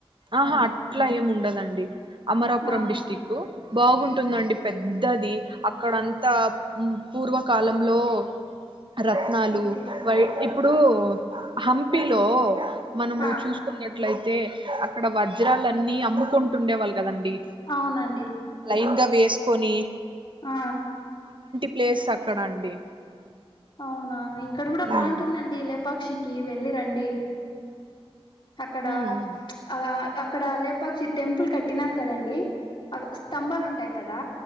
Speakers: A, on the right (about 55°); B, on the left (about 50°).
A: ఆహా
B: ఆ
A: అట్లా ఏమి ఉండదండి అమరాపురం
B: ఆ
A: డిస్టిక్కు బాగుంటుందండి పెద్దది అక్కడంతా పూ పూర్వకాలంలో రత్నాలు
B: ఓకే
A: వై ఇప్పుడు హంపీలో మనము
B: ఆ
A: చూసుకున్నట్లయితే అక్కడ వజ్రాలన్నీ అమ్ముకుంటుండేవాళ్ళు కదండి.
B: అవునండి
A: ఇంగా వేస్కోని
B: ఆ
A: ప్లేస్ అక్కడ అండి
B: అవునా ఇక్కడ కూడా
A: ఉమ్
B: బాగుంటుందండి లేపాక్షికి వెళ్ళి రండి. అక్కడ
A: ఉమ్
B: చ్
A: ఉమ్
B: ఆ అక్కడ లేపాక్షి టెంపుల్ క కట్టినారు కదాండి అగు స్తంభాలు ఉంటాయి కదా